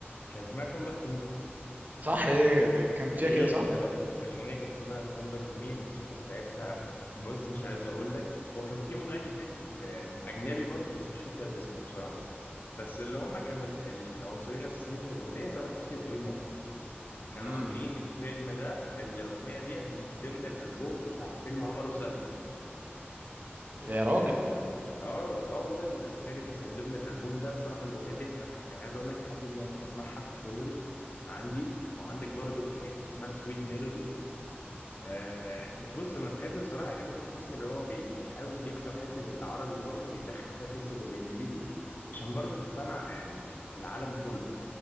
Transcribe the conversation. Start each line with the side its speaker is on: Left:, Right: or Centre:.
Left: كان اسمها كام باك تو
Right: صح هي اللي كان فيها
Left: هي
Right: كده صح
Left: كانت الأغ- الأغنية كانت اسمها كام باك تو مي الموسيقى بتاعتها بص مش عايز أقول لك هو كان في مغني تاني ال- أجنبي برضه بس مش فاكر اسمه بصراحة بس اللي هم كانوا ال- العنصرين الأساسيين في الأغنية تامر حسني وكريم محسن كانوا
Right: امم
Left: عاملين الفيلم ده الأغنية ديت من ضمن الألبوم بتاع فيلم عمر وسلمى
Right: يا راجل
Left: آه آه آه والله الأغنية دي كانت من ضمن الألبوم ده بصراحة الأغنية ديت أنا الح- يعني عايز أقول لك لحد الناس بسمعها في الفيفوريت عندي وعندك برضه أغنية كانت اسمها سويت ميلودي آه بص انا بحب بصراحه اغاني تامر حسني اللي هو بي- بيحاول بيكسر حته العربي برضه بيدخل فيها قصه الانجليزي عشان برضه تتسمع يعني في العالم كله